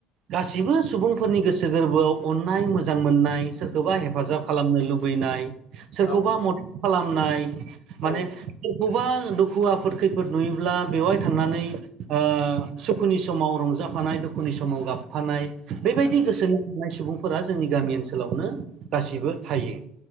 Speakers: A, on the right; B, on the left.
A: गासिबो सुबुंफोरनि गोसो गोरबोआव अननाय मोजां मोननाय सोर सोरखौबा हेफाजाब
B: औ
A: खालामनो लुबैनाय सोरखौबा
B: औ
A: मदद खालामनाय माने
B: औ
A: सोरखौबा दुखु आफोद खैफोद नुयोब्ला बेवहाय थांनानै ओ सुखुनि समाव रंजाफानाय दुखुनि समाव गाब फानाय बैबायदि
B: नंगौ
A: गोसोनि थानाय सुबुंफोरा जोंनि गामि ओनसोलावनो गासिबो थायो।